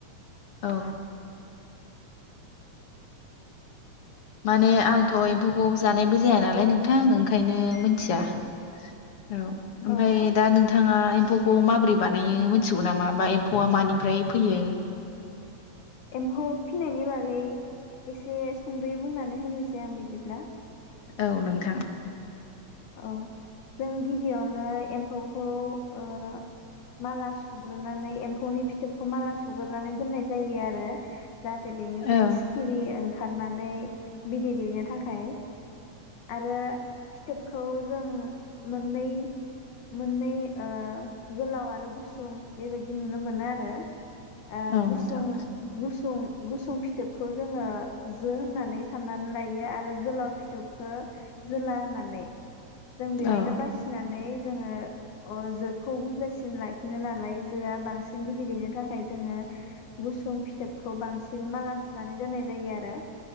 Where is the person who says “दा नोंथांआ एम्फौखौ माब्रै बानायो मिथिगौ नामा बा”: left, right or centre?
Left